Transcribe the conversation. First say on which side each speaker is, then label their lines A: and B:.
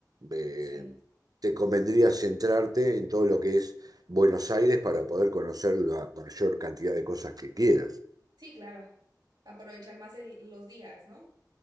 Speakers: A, on the right (about 60°); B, on the right (about 85°).
A: eh,
B: sí,
A: te convendría centrarte en todo lo que es Buenos Aires para poder conocer la mayor cantidad de cosas que quieras.
B: sí, claro. Aprovechar más el- los días, ¿no?